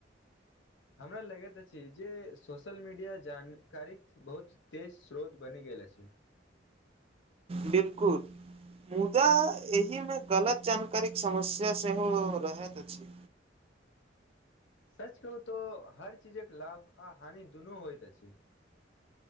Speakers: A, on the left; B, on the right.
A: हमरा लगैत अछि जे सोशल मीडिया जानकारीक। बहुत तेज स्रोत बनि गेल अछि।
B: बिल्कुल। मुदा एहि मे गलत जानकारी के समस्या सेहो रहैत अछि।
A: सच कहू तोऽ हर चीजक लाभ आ हानि दुनू होइत अछि।